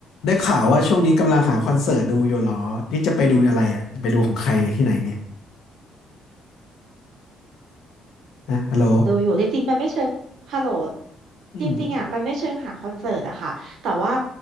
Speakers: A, on the left; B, on the right.
A: ได้ข่าวว่าช่วงนี้กำลังหาคอนเสิร์ตดูอยู่เหรอนี่จะไปดูอะไรอ่ะไปดูของใครเนี่ยที่ไหนเนี่ยนะฮัลโหล
B: ดูอยู่จริงๆมันไม่เชิงฮัลโหล
A: อืม
B: จริงๆอ่ะมันไม่เชิงหาคอนเสิร์ตอะค่ะแต่ว่า